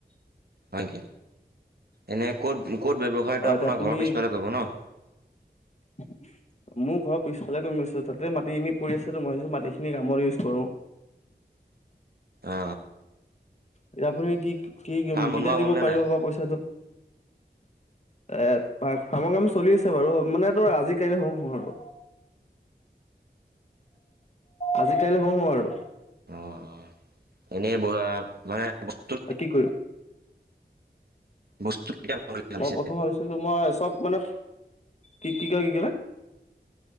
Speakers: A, on the right; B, on the left.
A: হয় কি এনে ক'ত ক'ত ব্যৱসায়টো
B: অ
A: আপোনাৰ
B: এতিয়া আপুনি
A: ঘৰৰ পিছফালে কৰিব ন?
B: <unintelligible> মোৰ ঘৰৰ পিছফালে কৰিম আছোঁ তাতে মাটি এনে পৰি আছেতো মই ভাবিছোঁ মাটিখিনি কামত ইউজ কৰোঁ।
A: আ
B: এতিয়া আপুনি কি-কি কেতিয়া
A: বনোৱা
B: দিব
A: হ'লনে
B: পাৰিব
A: নাই?
B: বা পইচাটো? এ, ফা-ফাৰ্মৰ কাম চলি আছে বাৰু মানে তোৰ আজি কাইলে হওঁ, হওঁ আৰু। আজি, কাইলে হওঁ, হওঁ আৰু।
A: অ', অ', এনেই <unintelligible> মানে বস্তু
B: কি <unintelligible>
A: বস্তু কেতিয়া পাম বুলি ভাবিছে?
B: মই প্ৰথম ভাবিছিলোঁ মই চব মানে কি কি কা কিকলে?